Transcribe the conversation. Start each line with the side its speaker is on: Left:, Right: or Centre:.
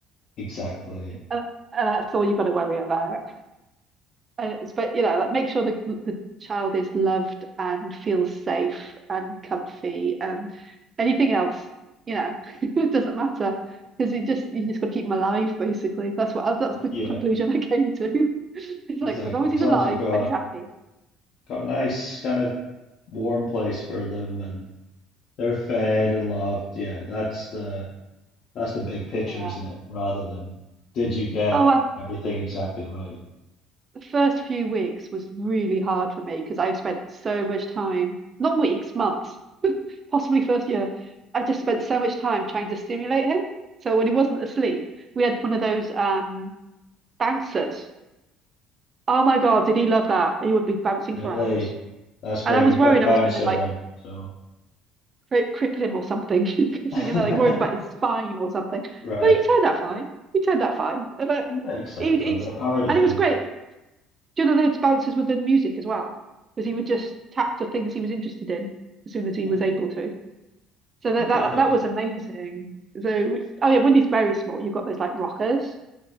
Left: Exactly.
Right: Uh, and that's all you've got to worry about. and but you know like make sure the the child is loved and feels safe and comfy and anything else you know <laughs> it doesn't matter because it just you just got to keep him alive basically that's what uh, that's the
Left: Yeah,
Right: conclusion I came to <laughs> it's
Left: exactly.
Right: like as long as
Left: As
Right: he's
Left: long
Right: alive
Left: as you've got
Right: and he's happy
Left: got a nice kind of warm place for them and they're fed and loved, yeah, that's the that's the big picture,
Right: yeah
Left: isn't it? Rather than did you get
Right: oh and
Left: everything exactly right?
Right: the first few weeks was really hard for me because I spent so much time not weeks months possibly first year, I just spent so much time trying to stimulate him. So when he wasn't asleep, we had one of those um bouncers. Oh my God, did he love that? He would be bouncing
Left: Really?
Right: for hours.
Left: That's great.
Right: And I was
Left: We've
Right: worried
Left: got a bouncer
Right: I was going to like
Left: then. So,
Right: cri cripple him or something <laughs> because
Left: <laughs>
Right: you know they worried about his spine or something.
Left: right.
Right: But he turned out fine. He turned out fine. But
Left: Yeah, exactly.
Right: he, it's
Left: They're hardy
Right: and
Left: things.
Right: it was great. Do you know those bouncers with the music as well? Because he would just tap for things he was interested in as soon as he
Left: Yeah.
Right: was able to. So that
Left: Interesting.
Right: that that was amazing. So oh yeah, when he's very small, you've got those like rockers,